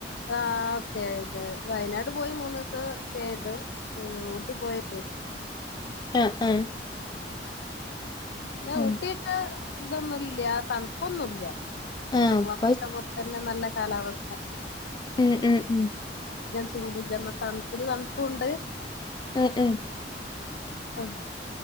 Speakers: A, on the left; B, on the left.
A: ആ സ്റ്റേ ചെയ്ത് വയനാട് പോയി മൂന്നു ദിവസം സ്റ്റേ ചെയ്തു ഉ ഊട്ടി പോയിട്ടും
B: ആഹ ആഹ
A: പിന്നെ
B: ഉം
A: ഊട്ടിയൊക്കെ ഇതൊന്നുമില്ല തണുപ്പൊന്നുല്ല്യ
B: ആഹ്
A: ഞമ്മള്
B: അപ്പൊ
A: <unintelligible> പിന്നെ നല്ല കാലാവസ്ഥ
B: ഉം ഉം ഉം
A: ചൂട് ഇല്ല എന്ന തണുപ്പിന് തണുപ്പുണ്ട്
B: ഉം ഉം
A: ആഹ